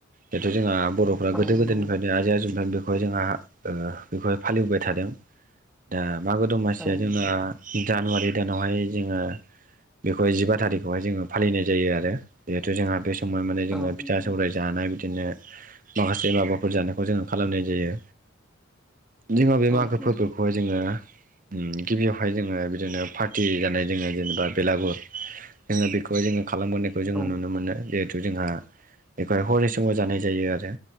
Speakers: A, on the right; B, in the centre.
A: दाथ' जोंहा बर'
B: औ नंगौ नंगौ
A: दा जोंहा जुमथ बेखौहाय जोंहा ओ बेखौहाय फालिबोबाय थादों दा मा गो दमासिया
B: औ
A: जोंना
B: नोंथां
A: जानुवारि दानावहाय जोङो बेखौहाय जिबा थारिखआवहाय जोङो फालिनाय जायो आरो जिहेथु जोंहा बे सम फ्राय माने जोङो
B: औ नोंथां
A: फिथा सौराय जानाय बिदिनो माखासे माबाफोर जानायखौ जोङो खालामनाय जायो जोंहा बे मागो
B: औ नोंथां
A: फोरबोफोरखौहाय जोङो ओम गिबियावहाय जोङो बिदिनो पार्टि जानाय जोङो जेनेबा बेलागुर जोङो बेखौ जोङो खालामबोनायखौ जोङो
B: औ
A: नुनो मोनो जिहेथु जोंहा बेखौहाय हरनि समाव जानाय जायो आरो